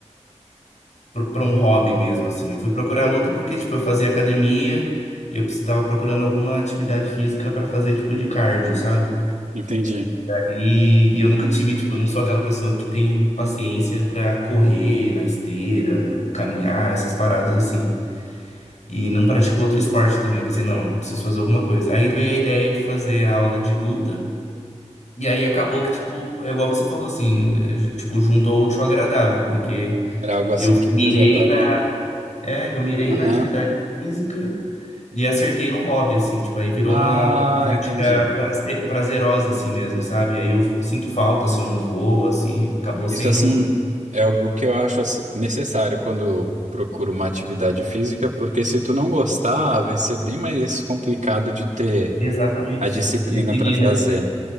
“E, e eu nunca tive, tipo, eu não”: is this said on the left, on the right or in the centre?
Left